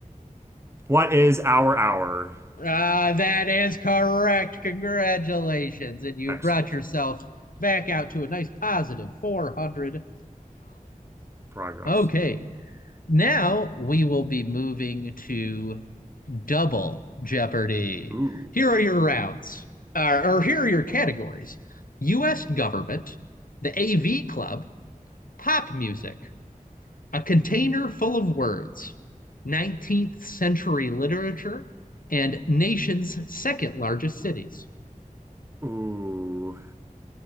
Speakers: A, on the right (about 20°); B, on the left (about 80°).
A: What is our hour?
B: Uh, that is correct. Congratulations. And you
A: Excellent.
B: brought yourself back out to a nice $400.
A: Progress.
B: Okay. Now we will be moving to double Jeopardy.
A: Ooh.
B: Here are your rounds, uh, or here are your categories US government, the AV club, pop music, a container full of words, 19th century literature, and nation's second largest cities.
A: Ooh.